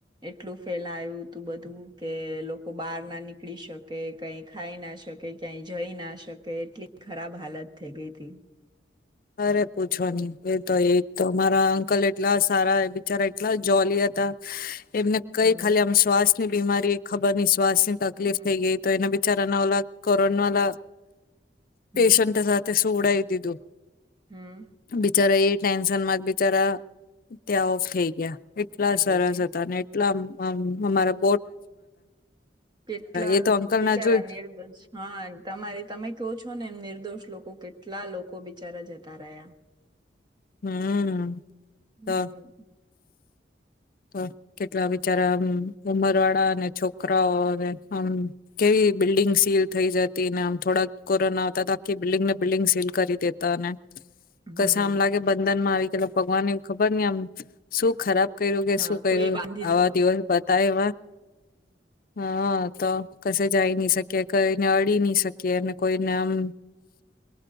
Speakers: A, on the right (about 25°); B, on the left (about 50°).
A: એટલું ફેલાયું તું બધું કે લોકો બહાર ના નીકળી શકે કઈ ખાઈ ના શકે ક્યાંય જઈ ના શકે એટલી ખરાબ હાલત થઈ ગઈ થી.
B: અરે પૂછો નહીં. કો તો એક તો મારા અંકલએટલા સારા બિચારા એટલા જોલી હતા. એમને કઈ
A: હમ
B: ખાલી આમ શ્વાસ ની બીમારી એ ખબર નઇ શ્વાસ તકલીફ
A: હમ
B: થઈ ગઈ તો એના બી ચરણવલા કોરોનાવાલા
A: હમ
B: પેશન્ટ સાથે સુવડાઈ દિઘુ.
A: હમ
B: બિચારા એ ટેન્શન માં જ બિચારા ત્યાં ઓફ થઈ ગયા. એટલા
A: અરે
B: સરસ
A: રે
B: હતા એટલા હમ્મ હમારા
A: કેટલા
B: એ તો
A: લોકો
B: અંકલ
A: બિચારા
B: ના જોય
A: નિર્દોષ હા તમારી તમે કેવો છો ને એમ નિર્દોષ લોકો કેટ કેટલા લોકો બિચારા જતા રહ્યા
B: હમ
A: હમ
B: તો તો કેટલા વિચારા આમ ઉમર વાળા અને છોકરાઓ આમ કેવી બિલ્ડિંગ સીલ થઈ જતી ને આમ થોડાક કોરોના આવતા તો આખી બિલ્ડિંગને બિલ્ડિંગ સીલ કરી દેતા અને કશ
A: હમ
B: આમ લાગે દન માં આવી ગે ભગવાનને ખબર આમ શું ખરાબ કર્યું કે
A: હા
B: શું કર્યું
A: કોઈ બાંધી
B: આવા
A: દીધા
B: દિવસ બા એ હા તો કશે જાય નહી શકી કઈને અડી નહી શકીએ કોઈને આમ